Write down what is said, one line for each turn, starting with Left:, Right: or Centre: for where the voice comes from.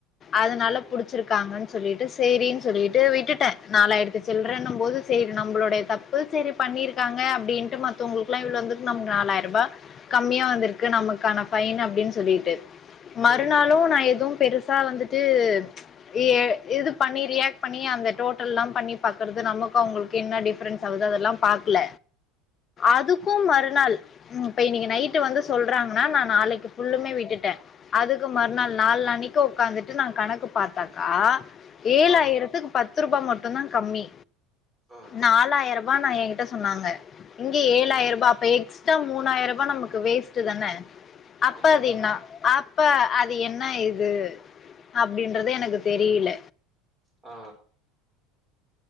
Left: அதனால
Right: ம்
Left: புடிச்சிருக் காங்கன் சொல்லிட்டு சேரின் சொல்லிட்டு விட் விட்டுட்ட நாலாயிரத்து சில்றன்னம்போது சேரி நம்பளுடைய தப்பு சேரி பண்ணிருக்காங்க அப்டின்ட்டு மத் தோங்குளுக்குலா இவ்ளோ வந்துருக்கு நமக்கு நாலாயிரூபா கம்மியா வந்துருக்கு நமக்கான ஃபைன் அப்டின் சொல்லிட்டு மறுநாளு
Right: ம்
Left: நா எது பெருசா வந்துட் ட்டு ஏ இது பண்ணி ரியாக்ட் பண்ணி அந்த டோட்டல்லா பண்ணி பாக்குறது நமக்கு அவுங்களுக்கு என்ன டிஃப்ரென்ஸ் ஆகுது அதெல்லா பாக்ல அதுக்கு மறுநாள் இப்ப இன்னைக்கு நைட்டு வந்து சொல்றாங்கனா நா நாளைக்கு ஃபுல்லுமே
Right: ஆ
Left: விட்டுட்டே அதுக்கு மறுநாள்
Right: ம்
Left: நாலானைக்கு ஒக்காந்துட்டு நா கணக்கு பாத்தாக்கா ஏழாயிரத்துக்கு
Right: ஆ
Left: பத்துருபா மட்டுந்தா கம்மி
Right: ஆ ஆ
Left: நாலாயிருபா நா ஏங்கிட்ட சொன்னாங்க இங்க ஏழாயிருபா
Right: ஆ
Left: அப்ப எக்ஸ்ட்ரா மூணாயருபா நமக்கு வேஸ்ட்டு தான அப்பாவின்னா
Right: ஆமாக்கா
Left: அப்பே அது என்ன இது இது அப்டின்றது எனக்கு தெரில
Right: ஆ